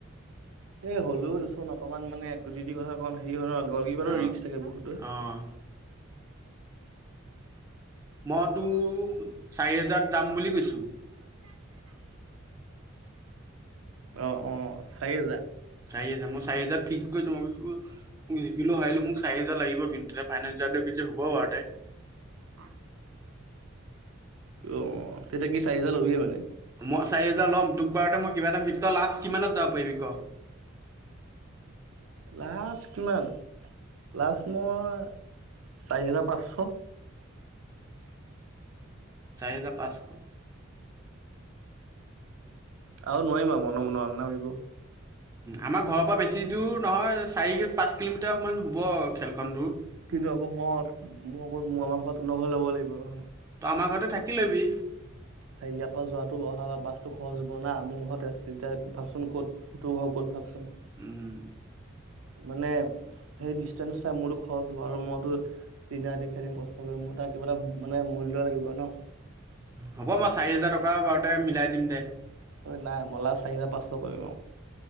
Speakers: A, on the right; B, on the right.
A: এই হ'লেও দেচোন অকনমান মানে যি যি কথা কওঁ হেৰি হয় ন গ'ল কিপাৰৰ
B: অঁ
A: ৰিক্স থাকে বহুতই
B: অঁ মই তোক চাৰি হাজাৰত যাম বুলি কৈছোঁ
A: <unintelligible> অ অ চাৰি হেজাৰ
B: চাৰি হাজাৰ মই চাৰি হাজাৰ ফিক্স কৰিছো <unintelligible> জিকিলোঁ হাৰিলেও মোক চাৰি হাজাৰ লাগিব কিন্তু ফাইনেঞ্চত <unintelligible>
A: অ অ অ তেতিয়া কি চাৰি হোজাৰ ল'বিয়ে মানে
B: মই চাৰি হাজাৰ ল'ম তোকবাৰতে মই কিবা এটা মিক্স লাষ্ট কিমানত যাব পাৰিবি ক
A: লাষ্ট কিমান লাষ্ট মই চাৰি হেজাৰ পাঁচশ
B: চাৰিহাজাৰ পাচশ
A: আৰু নোৱাৰিম মই মন মনত নামিব
B: আমাৰ ঘৰৰ পৰা বেছি দূৰ নহয় চাৰি পাঁচ কিলোমিটাৰমান হ'ব আৰু খেলখন দূৰ
A: কিন্তু আকৌ ম'ত মোৰ আকৌ মোৰ আমাৰ ঘৰ পা তোহুত ঘৰলে যাব লাগিব নহয়।
B: তই আমাৰ ঘৰতে থাকি ল'বি।
A: হেই ইয়াৰ পৰা যোৱাটো অহা বাছটো খৰচ হ'ব না মোৰ ঘৰত তেতিয়া ভাবচোন ক'ত টোৰ ঘৰ ক'ত ভাবচোন।
B: উম।
A: মানে সেই ডিষ্টেঞ্চ চাই মোৰতো খৰচ হ'ব আৰু মইতো দিনে ৰাতি খেদিম কষ্ট কৰিম, মোৰ তাৰ কিবা এটা মানে মূল্য লাগিব ন'।
B: হ'ব মই চাৰি হোজাৰ টকা বাৰুতে মিলাই দিম দে।
A: নাই মই লাচ চাৰি হাজাৰ পাঁচশ পৰিম আও